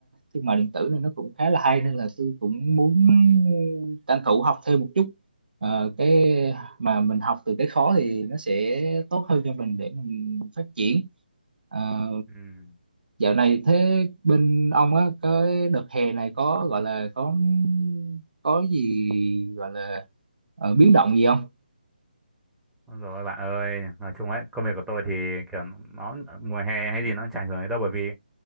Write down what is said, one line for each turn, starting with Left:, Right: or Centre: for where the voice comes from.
Right: thương mại điện tử này nó cũng khá là hay nên là tôi cũng muốn tranh thủ học thêm một chút Ờ, cái mà mình học từ cái khó thì nó sẽ tốt hơn cho mình để mình phát triển Ờ,
Centre: Ừ.
Right: Dạo này thế bên ông á cái đợt hè này có gọi là có có gì gọi là ờ, biến động gì không?
Centre: Ôi Rồi bạn ơi, nói chung ấy, công việc của tôi thì kiểu nó mùa hè hay gì nó cũng chả ảnh hưởng đến đâu bởi vì